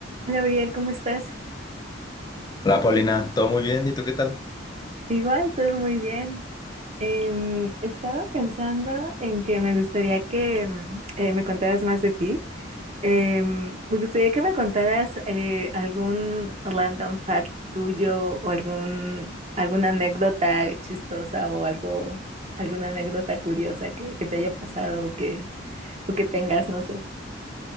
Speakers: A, on the right; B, on the left.
A: Hola, Uriel, ¿cómo estás?
B: Hola Paulina, ¿todo muy bien? ¿Y tú qué tal?
A: Igual, todo muy bien. Em, estaba pensando en que me gustaría que em, eh, me contaras más de ti. Em, me gustaría que me contaras eh, algún random fact tuyo o algún, alguna anécdota chistosa o algo, alguna anécdota curiosa que, que te haya pasado o que, o que tengas, no sé.